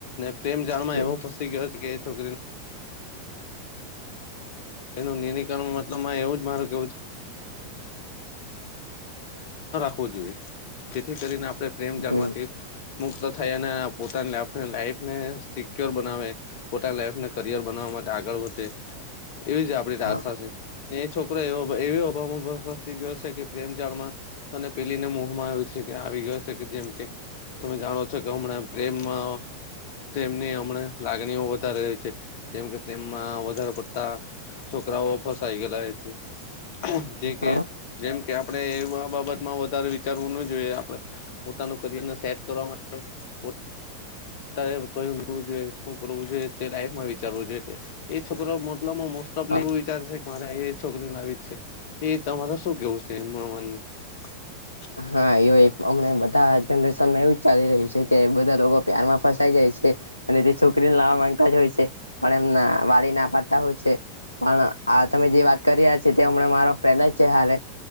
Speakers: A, on the left; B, on the left.
A: પ્રેમ જાળમાં
B: હમ
A: એવો
B: હમ
A: ફસી ગયો છે કે છોકરી નુ એનું નિરીકરણ મતલબમાં એવું જ હોવો જોઈએ. જેથી કરીને આપણે પ્રેમ જળમાંથી
B: હમ
A: મુક્ત થાય અને પોતાની લાઈફને સિક્યોર બનાવે, પોતાની લાઈફને કરિયર બનાવવા માટે આગળ વધે એવી જ આપડી તો
B: હા
A: આશા છે, ને એ છોકરો એવી <unintelligible> અભાવ મા ગયો છે, કે પ્રેમ જાળમાં અને પેલીને મોહમાં આવી ગયો છે, કે આવી ગયો છે, કે જેમ કે તમે જાણો છો કે હમણાં પ્રેમમાં તેમની હમણાં લાગણી તેમમાં વધારે પડતા છોકરાઓ ફસાય ગયેલા હોય છે. જે
B: હા
A: કે જેમ કે આપડે આ બાબતમાં વધારે વિચારવું ન જોઈએ. આપણે પોતાનું કરિયર સેટ કરવા માટે <inaudible> કયું મેળવું જોઈએ? શું કરવું જોઈએ? તે લાઈફમાં વિચારવું જોઈએ. એ છોકરો મતલબ મા મોસ્ટોપલી
B: હા
A: એવું વિચાર છે, કે મારે એ છોકરી લાવી જ છે, એ તમારે શું કેવું છે, એ માન <unintelligible>
B: હા, એ અમને બધા જનરેશન માં એવું જ ચાલી રહ્યું છે, કે બધા લોકો પ્યારમાં ફસાય જાય અને તે છોકરીને લાવવા માંગતા જ હોય છે, પણ એમ વાલી ના પાડતા હોય છે. પણ આ તમે જે વાત કરી રહ્યા છે, તે હમણાં મારો ફ્રેન્ડ જ છે, હાલે